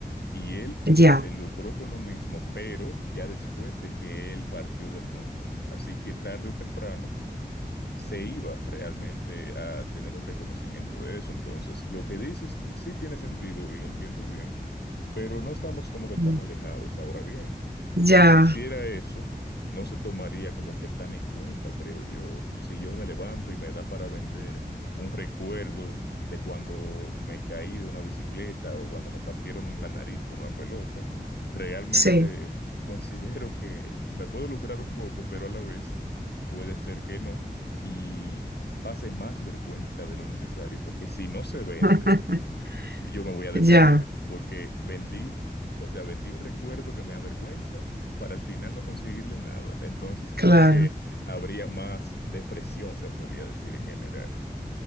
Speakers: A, on the left; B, on the right.
A: y él
B: ya.
A: se lucró con lo mismo, pero ya después de que él partió del mundo. Así que tarde o temprano se iba realmente a tener un reconocimiento de eso. Entonces, lo que dices sí tiene sentido y lo entiendo bien, pero no estamos como que tan
B: Mm,
A: alejados. Ahora bien,
B: Ya,
A: si se hiciera eso, no se tomaría como que tan en cuenta, creo yo. Si yo me levanto y me da para vender un recuerdo de cuando me caí de una bicicleta o cuando me partieron la nariz con una pelota, realmente
B: sí.
A: considero que me puedo lucrar un poco, pero a la vez... Puede ser que no, y pase más vergüenza de lo necesario, porque si no se vende,
B: <laughs>
A: yo me voy a deprimir,
B: Ya,
A: porque vendí, o sea, vendí un recuerdo que me avergüenza para al final no conseguirle nada. Entonces creo
B: claro,
A: que habría más depresión, se podría decir en general.